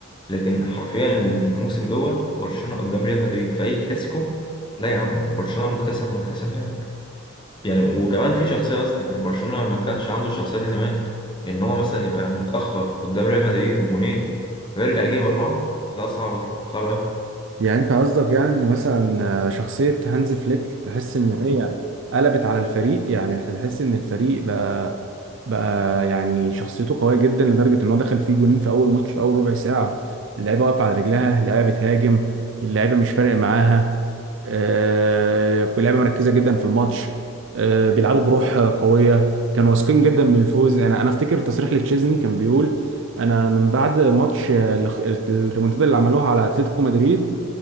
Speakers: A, on the left; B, on the right.
A: لكن حرفيا الموسم دوت برشلونه قدام ريال مدريد في اي كلاسيكو لا يا عم برشلونه مكتسح مكتسح يعني يعني وكمان في شخصية أصلا يعني برشلونة ما كانش عنده الشخصية دي زمان إن هو مثلا يبقى متأخر قدام ريال مدريد بجونين ويرجع يجيب أربعة لا صعبة دي صعبة أوي
B: يعني انت قصدك يعني ان مثلا آه، شخصية هانز فليك تحس ان هي قلبت على الفريق يعني تحس ان الفريق بقى بقى يعني شخصيته قوية جدا لدرجة ان هو دخل فيه جولين في اول ماتش في اول ربع ساعة اللعيبة واقفة على رجلها اللعيبة بتهاجم اللعيبة مش فارق معاها آه، اللعيبة مركزة جدا في الماتش آه، بيلعبوا بروح قوية كانوا واثقين جدا من الفوز انا انا افتكر تصريح لتشيزني كان بيقول انا من بعد ماتش آه، الخ- الريمونتادا اللي عملوها على اتلتيكو مدريد